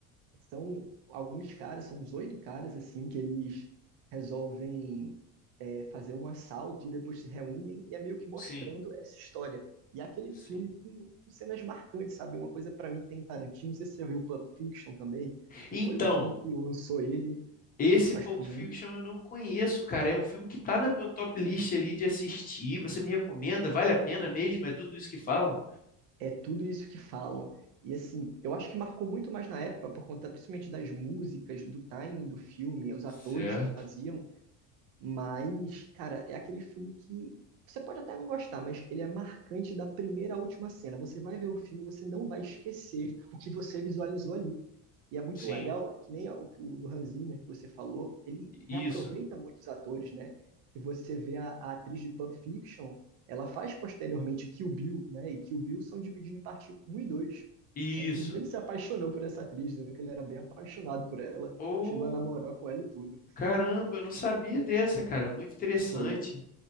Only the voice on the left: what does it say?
Sim,
sim.
Então,
esse
Pulp
Fiction eu não conheço, cara. É um filme que tá na meu top list ali de assistir. Você me recomenda? Vale a pena mesmo? É tudo isso que falam?
Certo.
Sim.
Isso.
Isso.
Ô,
caramba, eu não sabia dessa, cara. Muito interessante.